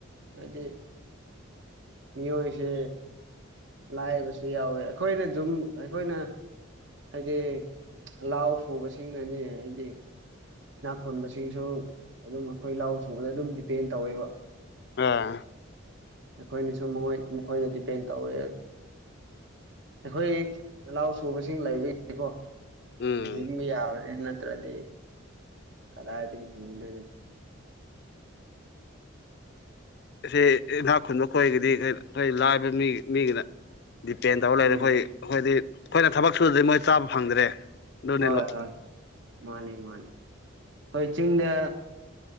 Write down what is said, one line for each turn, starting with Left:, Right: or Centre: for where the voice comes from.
Right: ꯍꯥꯏꯗꯤ ꯃꯤꯑꯣꯏꯁꯦ ꯂꯥꯏꯕꯁꯨ ꯌꯥꯎꯋꯤ ꯑꯩꯈꯣꯏꯅ ꯖꯨꯝ ꯑꯩꯈꯣꯏꯅ ꯍꯥꯏꯗꯤ ꯂꯥꯎ ꯁꯨꯕꯁꯤꯡꯅꯅꯦ ꯍꯥꯏꯗꯤ ꯈꯣꯟꯕꯁꯤꯡꯁꯨ ꯑꯗꯨꯝ ꯑꯩꯈꯣꯏ ꯂꯥꯎ ꯁꯨꯕꯅ ꯑꯗꯨꯝ ꯗꯤꯄꯦꯟ ꯇꯧꯋꯦꯕ
Left: ꯑꯥ
Right: ꯑꯩꯈꯣꯏꯅꯁꯨꯣꯏ ꯃꯈꯣꯏꯗ ꯗꯤꯄꯦꯟ ꯇꯧꯋꯦ ꯑꯩꯈꯣꯏ ꯅꯅꯥꯎ ꯁꯨꯕꯁꯤꯡ ꯂꯩꯕꯒꯤꯀꯣ
Left: ꯎꯝ
Right: ꯍꯖꯤꯟꯕ ꯌꯥꯕꯅꯤ ꯅꯠꯇ꯭ꯔꯗꯤ ꯀꯗꯥꯍꯥꯏꯗꯒꯤ ꯍꯤꯡꯗꯣꯏꯅꯣ
Left: ꯁꯤ ꯏꯟꯅꯥꯛ ꯈꯨꯟꯕ ꯈꯣꯏꯒꯤꯗꯤ <unintelligible> ꯂꯥꯏꯕ ꯃꯤ ꯃꯤꯒꯤꯅ ꯗꯤꯄꯦꯟ ꯇꯧꯔ ꯂꯩꯔꯦ
Right: ꯎꯝ
Left: ꯑꯩꯈꯣꯏ ꯑꯩꯈꯣꯏꯗꯤ ꯑꯩꯈꯣꯏꯅ ꯊꯕꯛ ꯁꯨꯗ꯭ꯔꯗꯤ ꯃꯣꯏ ꯆꯥꯕ ꯐꯪꯗ꯭ꯔꯦ ꯑꯗꯨꯅꯤ
Right: ꯍꯣꯏ
Left: ꯂꯣ
Right: ꯍꯣꯏ ꯃꯥꯅꯤ ꯃꯥꯅꯤ ꯑꯩꯈꯣꯏ ꯆꯤꯡꯗ